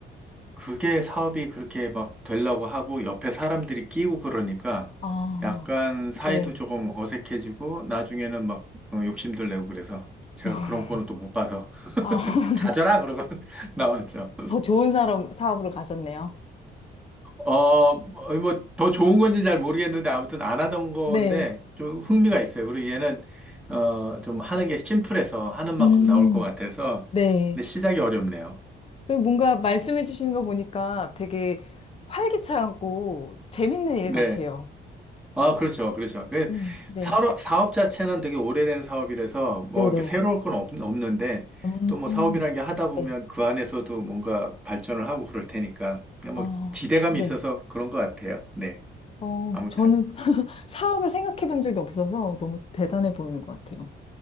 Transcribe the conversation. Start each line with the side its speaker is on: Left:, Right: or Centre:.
Centre: 그게 사업이 그렇게 막 되려고 하고 옆에 사람들이 끼고 그러니까
Left: 아,
Centre: 약간 사이도
Left: 네.
Centre: 조금 어색해지고 나중에는 막 어, 욕심들 내고 그래서 제가
Left: <laughs>
Centre: 그런 거는 또 못 봐서
Left: 아, <laughs>
Centre: <laughs> 가져라 그러고 <laughs> 나왔죠.
Left: 더 좋은 사람, 사업으로 가셨네요.
Centre: 어, 뭐 뭐 더 좋은 건지 잘 모르겠는데 아무튼 안 하던 건데
Left: 네.
Centre: 좀 흥미가 있어요. 그리고 얘는 어, 좀 하는 게 심플해서 하는 만큼
Left: 음,
Centre: 나올 것 같아서
Left: 네.
Centre: 근데 시작이 어렵네요.
Left: 그 뭔가 말씀해 주시는 거 보니까 되게 활기차고 재밌는 일
Centre: 네.
Left: 같아요.
Centre: 아, 그렇죠. 그렇죠. 그
Left: 음, 네.
Centre: 사업, 사업 자체는 되게 오래된 사업이라서 뭐
Left: 네네.
Centre: 이렇게 새로울 건 없, 없는데
Left: 음,
Centre: 또 뭐 사업이라는 게 하다 보면
Left: 네.
Centre: 그 안에서도 뭔가 발전을 하고 그럴 테니까 그냥 뭐
Left: 어,
Centre: 기대감이
Left: 네.
Centre: 있어서 그런 것 같아요. 네.
Left: 어,
Centre: 아무튼.
Left: 저는 <laughs> 사업을 생각해 본 적이 없어서 너무 대단해 보이는 것 같아요.